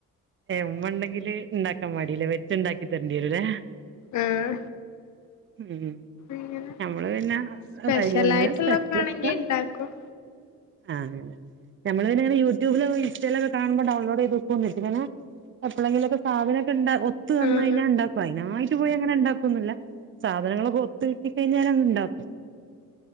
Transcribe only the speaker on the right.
മ്മ ഇണ്ടെങ്കില് ഇണ്ടാക്കാൻ മടിയല്ലേ വെച്ച ഇണ്ടാക്ക തരണ്ടി വരുവല്ലേ
ഉം
നമ്മള് പിന്നെ
<unintelligible>
ആ നമ്മള് <unintelligible> യൂട്യൂബിലും, ഇൻസ്റ്റേലക്ക കാണുമ്പോൾ ഡൗൺലോഡ് ചെയ്ത് വെക്കും <unintelligible> ഇപ്പോളെങ്കിലൊക്കെ സാധനൊക്കെ ഉണ്ട് ഒത്തു വന്നു
കഴിഞ്ഞ ഉണ്ടാക്കും അതിനായി <unintelligible> പോയി അങ്ങനെ ഉണ്ടാക്കൊന്നും ഇല്ല സാധനങ്ങളൊക്കെ ഒത്ത് കിട്ടി കഴിഞ്ഞാൽ അങ്ങ് ഇണ്ടാക്കും